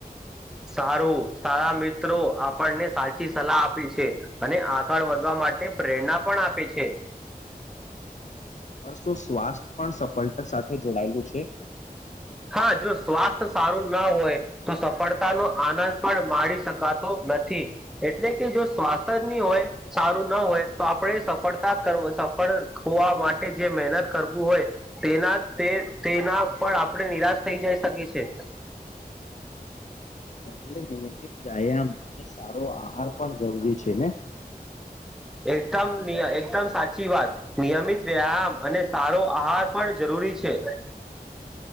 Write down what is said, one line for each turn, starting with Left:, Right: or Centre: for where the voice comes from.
Centre: સારું સારા મિત્રો આપણને સાચી સલાહ આપે છે, અને આગળ વધવા મા માટે પ્રેરણા પણ આપે છે.
Left: અર્શો સ્વાસ્થ્ય પણ સફળતા સાથે જોડાયેલું છે.
Centre: હા જો સ્વાસ્થ્ય સારું ના હોય તો સફળતાનો આનંદ પણ માડી શકાતો નથી એટલે કે જો સ્વાસ્થ્યની હોય સારું ન હોય તો આપણે સફળતા કર સફળ હોવા માટે જે મહેનત કરવું હોય તેના તે તેના પણ આપણે નિરાશ થઈ જાય શકે છે.
Left: એટલે નિયમિત વ્યાયામ અને સારો આહાર પણ જરૂરી છે, ને?
Centre: એકદમ એકદમ સાચી વાત નિયમિત વ્યાયામ અને સારો આહાર પણ જરૂ રી છે.